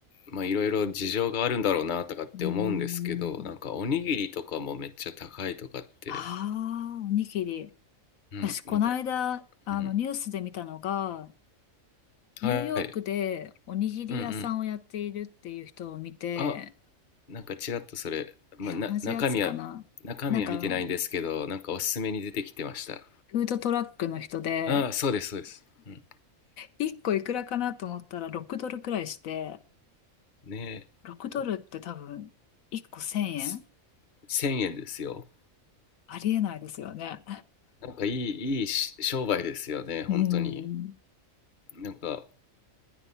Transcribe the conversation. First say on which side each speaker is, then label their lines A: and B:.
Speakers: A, on the left; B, on the left.
A: まあいろいろ事情があるんだろうなとかって思うんですけど、
B: うんうんうん。
A: なんかおにぎりとかもめっちゃ高いとかって、
B: ああ、おにぎり。
A: うん、
B: 私、この間、
A: なんか、
B: あの、
A: うん。
B: ニュースで見たのが、ニューヨークでおにぎり屋さんをやっているっていう人を見て、
A: はい。うんうん。あ、なんかちらっとそれ、まあ、
B: え、
A: な中身は
B: 同じやつかななんか、
A: 中身は見てないんですけどなんかおすすめに出てきてました
B: フードトラックの人で、
A: ああそうですそうです、うん、
B: 1個いくらかなと思ったら6ドルくらいして、
A: ねえお
B: 6ドルって多分、1個1000円
A: せ1000円ですよ
B: ありえないですよね。
A: なんかいいいいし商売ですよね本当に
B: うん。
A: なんか